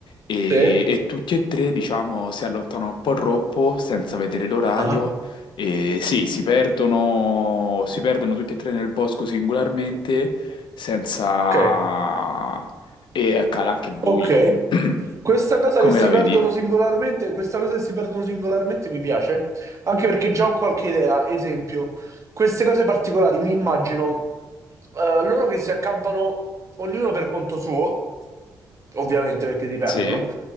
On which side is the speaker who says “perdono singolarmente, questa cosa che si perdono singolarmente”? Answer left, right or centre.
Right